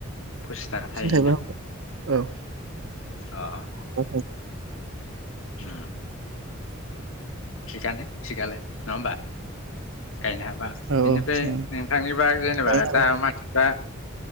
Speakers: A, on the left; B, on the right.
A: फसिस थाखा थाहैयोना
B: खिन्थायबा औ
A: आ
B: औ
A: उम, थिगानो थिगालाय नङा होनबा? गायनो हाबा बिनिफ्राय
B: औ थिगानो
A: नोंथांनिबा जेनोबा
B: गायनो
A: दा मानसिफ्रा